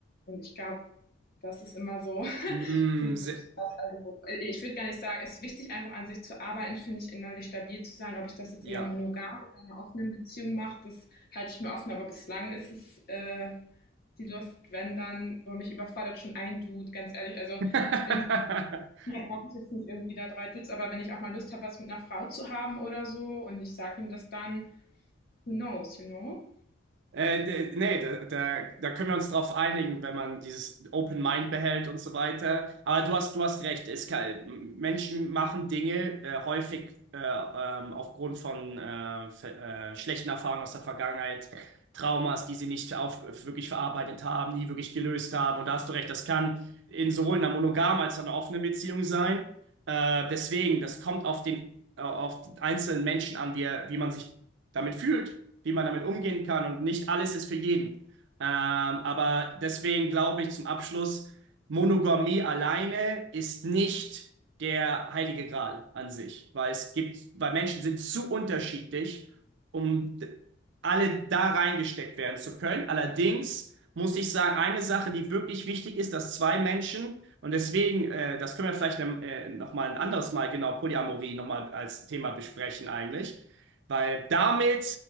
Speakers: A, on the left; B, on the right.
A: Und ich glaube, das ist immer so <laughs>
B: mm,
A: für sich.
B: se-
A: Das, also, ich würde gar nicht sagen, es ist wichtig, einfach an sich zu arbeiten, finde ich, innerlich stabil zu sein. Ob ich das jetzt
B: ja.
A: in einer monogamen oder einer offenen Beziehung mache, das halte ich mir offen. Aber bislang ist es äh, die Lust, wenn dann, wo mich überfordert schon ein Dude, ganz ehrlich. Also
B: <laughs>
A: ich bin so, da brauche ich jetzt nicht irgendwie da drei Dudes, aber wenn ich auch mal Lust habe, was mit einer Frau zu haben oder so und ich sage ihm das dann, who knows, you know?
B: Äh, d- nee, da, da, da können wir uns drauf einigen, wenn man dieses Open Mind behält und so weiter. Aber du hast, du hast recht, es kann, Menschen machen Dinge äh, häufig äh, ähm, aufgrund von äh, ver- äh, schlechten Erfahrungen aus der Vergangenheit, Traumas, die sie nicht auf, wirklich verarbeitet haben, nie wirklich gelöst haben. Und da hast du recht, das kann in sowohl einer monogamen als auch einer offenen Beziehung sein. Äh, deswegen, das kommt auf den, äh, auf den einzelnen Menschen an, wie, er, wie man sich damit fühlt wie man damit umgehen kann und nicht alles ist für jeden. Ähm, aber deswegen glaube ich zum Abschluss, Monogamie alleine ist nicht der heilige Gral an sich, weil es gibt, weil Menschen sind zu unterschiedlich, um d- alle da reingesteckt werden zu können. Allerdings muss ich sagen, eine Sache, die wirklich wichtig ist, dass zwei Menschen, und deswegen, äh, das können wir vielleicht ne, äh, nochmal ein anderes Mal, genau, Polyamorie nochmal als Thema besprechen eigentlich, weil damit